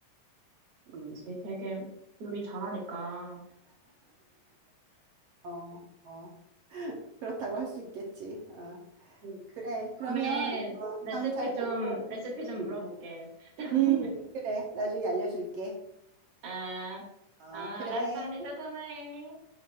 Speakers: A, on the right; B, on the right.
A: 그치.
B: 음,
A: 되게 요리 잘하니까.
B: 어, 어, 그렇다고 할 수 있겠지. 어,
A: 음.
B: 그래. 그러면
A: 다음에
B: 어,
A: 레시피
B: 장 잘
A: 좀,
B: 보고,
A: 레시피 좀
B: 응
A: 물어볼게. <laughs>
B: 음, 그래. 나중에 알려줄게.
A: 아,
B: 어,
A: 아,
B: 그래.
A: 알았어. 언니 또 통화해.